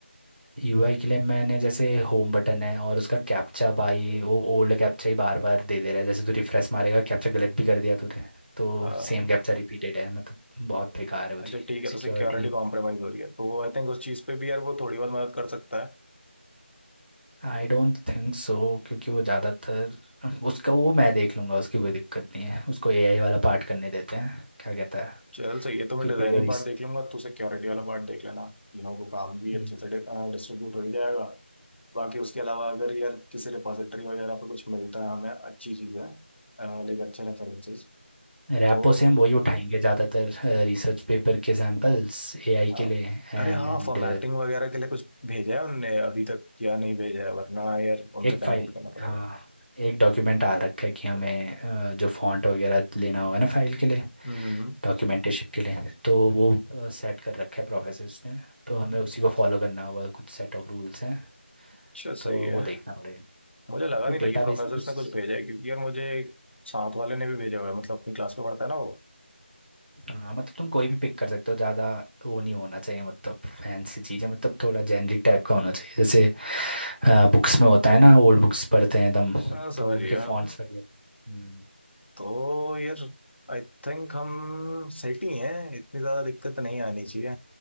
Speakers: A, on the right; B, on the left.
A: यूआई के लिए मैंने जैसे होम बटन है और उसका कैप्चा भाई वो ओल्ड कैप्चा ही बार बार दे दे रहा है जैसे तू रिफ्रेश मारेगा कैप्चा गलत भी कर दिया तूने तो
B: हाँ
A: सेम कैप्चा रिपीटेड है मतलब बहुत बेकार है वो
B: अच्छा
A: चीज़
B: ठीक है
A: security
B: तो सिक्योरिटी कॉम्प्रोमाइज़ हो रही है तो आई थिंक उस चीज़ पे भी यार वो थोड़ी बहुत मदद कर सकता है
A: I don't think so क्योंकि वो ज़्यादातर उसका वो मैं देख लूँगा उसकी कोई दिक्कत नहीं है उसको एआई वाला पार्ट करने देते हैं क्या कहता है
B: चल सही है तो मैं
A: क्योंकि
B: डिजाइनिंग
A: वो रिस
B: पार्ट देख लूंगा तू सिक्योरिटी वाला पार्ट देख लेना तीनों को काम भी
A: हम्म।
B: अच्छे से डिस्ट्रीब्यूट हो ही जाएगा बाकी उसके अलावा अगर यार किसी रिपोजिटरी वगैरह पे कुछ मिलता है हमें अच्छी चीज़ें लाइक अच्छे रेफरेंसेस
A: रैपो
B: तो
A: से हम वही उठाएंगे ज़्यादातर रिसर्च पेपर के सैम्पल्स एआई
B: हाँ
A: के लिए एंड
B: अरे हाँ फॉर्मेटिंग वगैरह के लिए कुछ भेजा है उनने अभी तक या नहीं भेजा है वरना यार उनसे
A: एक
B: कनेक्ट
A: फाइल
B: भी करना पड़ेगा
A: हाँ एक डॉक्यूमेंट आ रखा है कि हमें अ, जो फॉन्ट वगैरह लेना होगा ना फाइल के लिए
B: हम्म
A: डॉक्यूमेंटेशन के लिए तो वो सेट कर रखा है प्रोफेसर्स ने तो हमें उसी को फॉलो करना होगा कुछ सेट ऑफ रूल्स हैं
B: अच्छा
A: तो
B: सही है
A: वो देखना पड़ेगा
B: मुझे लगा
A: तो
B: नहीं था
A: डेटाबेस
B: कि प्रोफेसर्स
A: में कुछ
B: ने कुछ भेजा है क्योंकि यार मुझे एक साथ वाले ने भी भेजा हुआ है मतलब अपनी क्लास में पढ़ता है ना वो
A: हाँ मतलब तुम कोई भी पिक कर सकते हो ज़्यादा वो नहीं होना चाहिए मतलब फैंसी चीज़ें मतलब थोड़ा जेनरिक टाइप का होना चाहिए जैसे बुक्स में होता है ना ओल्ड बुक्स पढ़ते हैं एकदम
B: हाँ समझ
A: तो उनके
B: गया
A: हाँ फॉन्ट्स वगैरह हम्म,
B: तो यार आई थिंक हम सेट ही हैं इतनी ज़्यादा दिक्कत नहीं आनी चाहिए